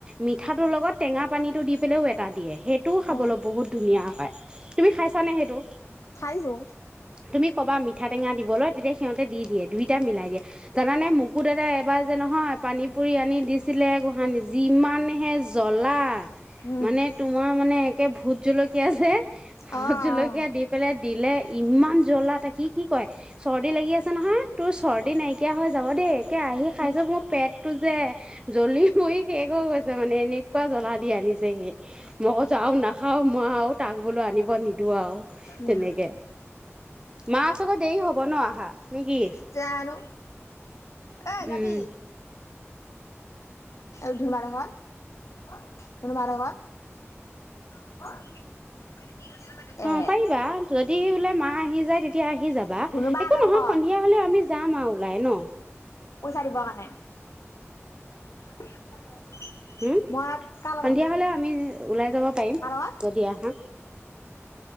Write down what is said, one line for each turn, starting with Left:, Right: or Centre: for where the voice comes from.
Right: মিঠাটোৰ লগত টেঙা পানীটো দি পেলাইও এটা দিয়ে সেই টোও খাবলৈ
Left: অ
Right: বহুত ধুনীয়া হয়। তুমি খাইছা নে সেইটো।
Left: খাইছো।
Right: তুমি ক'বা মিঠা টেঙা দিবলৈ তেতিয়া সিহঁতে দি দিয়ে দুইটা মিলাই দিয়ে জানানে মোকো দাদা এবাৰ যে নহয় পানীপুৰি আনি দিছিলে গোসানি যিমানহে জ্বলা।
Left: উম
Right: মানে তোমাৰ। মানে একে ভোত জলকীয়া যে ভোট
Left: অ
Right: জলকীয়া
Left: অ
Right: দি পেলাই দিলে। ইমান জ্বলাত সি কি কয় চৰ্দি লাগি আছে নহয় তোৰ চৰ্দি নাইকিয়া হৈ যাব দেই। তে আহি খাইছো
Left: উম
Right: মোৰ পেটটো যে। জ্বলি মৰি শেষ হৈ গৈছে মানে এনেকুৱা জ্বলা দি আনিছে সি। মই কৈছোঁ আৰু নাখাও মই আৰু তাক বোলো আনিব নিদওঁ আৰু
Left: উম
Right: তেনেকে মা আচলতে দেৰি হব ন আহা নেকি
Left: জানো এ যাবি
Right: উম।
Left: মম ধুন বা ঘৰত ধুন বা সেতৰ ঘৰত। <inaudible> এ
Right: অ', পাৰিবা যদি বোলে মা আহি যায় তেতিয়া আহ হি যাবা
Left: ধুনুবা
Right: একো
Left: হঁতৰ
Right: নহয়
Left: ঘৰত
Right: সন্ধিয়া হ'লে আমি যাম আৰু ওলাই ন'
Left: পইচা দিব কাৰণে <inaudible>
Right: হুম
Left: মই কাৰ লগত
Right: সন্ধিয়া
Left: যাম
Right: হ'লে আমি ওলাই যাব পাৰিম
Left: কাৰ লগত
Right: যদি আহা